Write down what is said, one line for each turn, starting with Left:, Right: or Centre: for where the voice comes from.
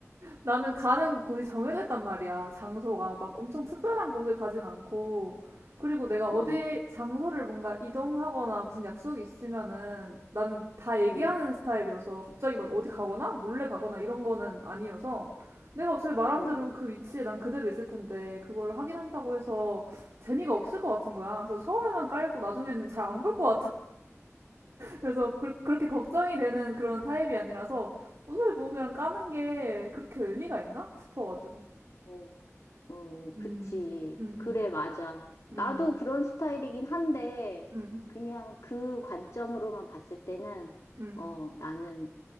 Right: 나는 가는 곳이 정해져 있단 말이야. 장소가 막 엄청 특별한 곳을 가진 않고. 그리고 내가 어디
Left: 어,
Right: 장소를 뭔가 이동하거나 무슨 약속이 있으면은 나는 다 얘기하는
Left: 응,
Right: 스타일이어서 갑자기 막 어디 가거나 몰래 가거나 이런 거는 아니어서 내가 어차피 말한
Left: 응.
Right: 대로 그 위치에 난 그대로 있을 텐데 그거를 확인한다고 해서 재미가 없을 것 같은 거야. 그래서 처음에만 깔고 나중에는 잘안볼것 그래서 그, 그렇게 걱정이 되는 그런 타입이 아니라서 어차피 뭐 그냥 까는 게 그렇게 의미가 있나 싶어가지고.
Left: 어, 어,
Right: 음,
Left: 그치.
Right: 음,
Left: 그래,
Right: 음,
Left: 맞아.
Right: 음,
Left: 나도 그런 스타일이긴 한데,
Right: 음,
Left: 그냥 그 관점으로만 봤을 때는,
Right: 음.
Left: 어, 나는